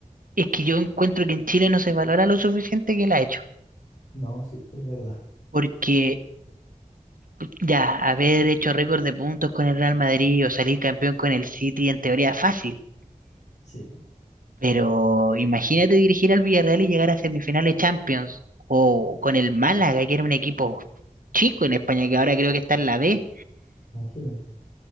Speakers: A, on the right; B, on the left.
A: es que yo encuentro que en Chile no se valora lo suficiente que la ha hecho.
B: No, sí, es verdad.
A: Porque ya, haber hecho récord de puntos con el Real Madrid o salir campeón con el City en teoría es fácil.
B: Sí, pues,
A: Pero imagínate dirigir al Villarreal y llegar a semifinales Champions. O con el Málaga, que era un equipo chico en España, que ahora creo que está en la B.
B: imagínate.